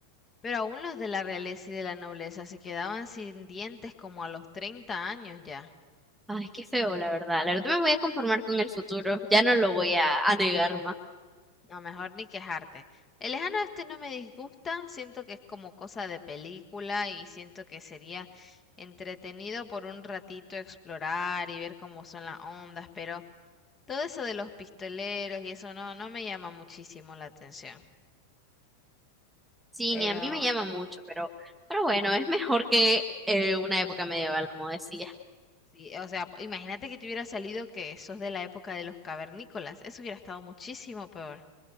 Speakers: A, on the left (about 20°); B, in the centre.
A: Pero aún los de la realeza y de la nobleza se quedaban sin dientes como a los 30 años ya.
B: Ay, qué feo, la verdad. La verdad me voy a conformar con el futuro. Ya no lo voy a, a negar más.
A: No, mejor ni quejarte. El lejano este no me disgusta, siento que es como cosa de película y siento que sería entretenido por un ratito explorar y ver cómo son las ondas, pero todo eso de los pistoleros y eso no, no me llama muchísimo la atención.
B: Sí,
A: Pero
B: ni a mí me llama mucho, pero, pero bueno, es mejor que eh, una época medieval, como decía.
A: sí, o sea, imagínate que te hubiera salido que sos de la época de los cavernícolas, eso hubiera estado muchísimo peor.